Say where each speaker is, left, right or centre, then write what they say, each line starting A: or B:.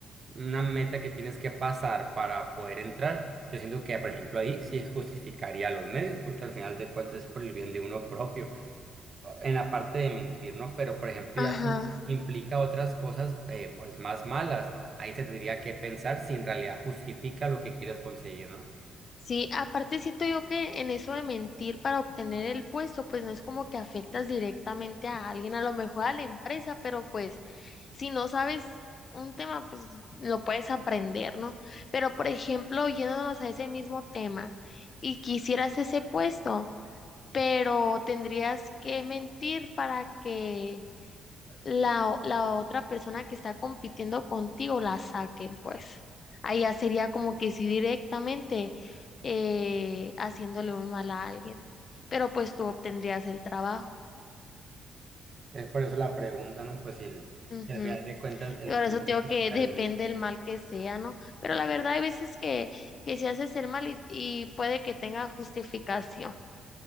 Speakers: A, on the right (about 40°); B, on the left (about 45°).
A: una meta que tienes que pasar para poder entrar. Yo siento que, por ejemplo, ahí sí justificaría los medios, porque al final de cuentas es por el bien de uno propio en la parte de mentir, ¿no? Pero, por ejemplo,
B: Ajá.
A: ya si implica otras cosas, eh, pues más malas, ahí se tendría que pensar si en realidad justifica lo que quieres conseguir, ¿no?
B: Sí, aparte siento yo que en eso de mentir para obtener el puesto, pues no es como que afectas directamente a alguien, a lo mejor a la empresa, pero pues si no sabes un tema, pues lo puedes aprender, ¿no? Pero por ejemplo, yéndonos a ese mismo tema y quisieras ese puesto, pero tendrías que mentir para que la, o- la otra persona que está compitiendo contigo la saquen, pues. Ahí ya sería como que sí directamente eh, haciéndole un mal a alguien, pero pues tú obtendrías el trabajo.
A: Es por eso la pregunta, ¿no? Pues si, el-
B: Ujú.
A: si al final de cuentas el
B: Por eso
A: fin va
B: te
A: a justificar
B: digo que depende
A: el medio.
B: el mal que sea, ¿no? Pero la verdad hay veces que, que se hace el mal y, y puede que tenga justificación.